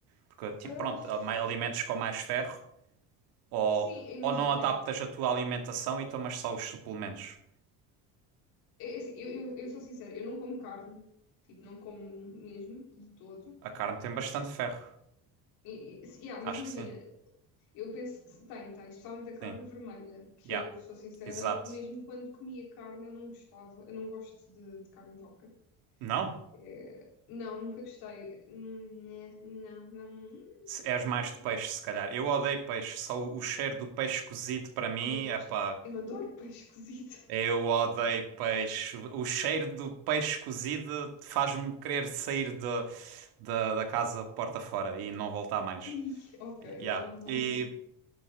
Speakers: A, on the right (about 75°); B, on the left (about 75°).
A: Porque, tipo,
B: Ah,
A: pronto,
B: f-
A: há mai- alimentos com mais ferro, ou,
B: sim, imagina.
A: ou não adaptas a tua alimentação e tomas só os suplementos.
B: É é assim, eu, eu, eu sou sincera, eu não como carne, tipo, não como mesmo, de todo.
A: A carne tem bastante ferro,
B: E, e, se- yeah,
A: acho
B: mas imagina,
A: que sim,
B: Eu penso, tem, tem, especialmente a carne
A: sim,
B: vermelha, que
A: yeah,
B: eu sou sincera,
A: exato.
B: mesmo quando comia carne eu não gostava, eu não gosto de, de carne de vaca.
A: Não?
B: É, não, nunca gostei. Hum, né, Não, não, hum,
A: Se- És mais
B: não sou
A: de peixe,
B: fã.
A: se calhar. Eu odeio peixe, só o o cheiro do peixe cozido para mim,
B: Ah, eu gosto,
A: é epá,
B: eu adoro peixe cozido.
A: Eu odeio peixe. O cheiro do peixe cozido faz-me querer sair da da da casa porta fora e não voltar
B: <laughs>
A: mais.
B: Ih, ok,
A: Yeah.
B: então não dá
A: E,
B: mesmo.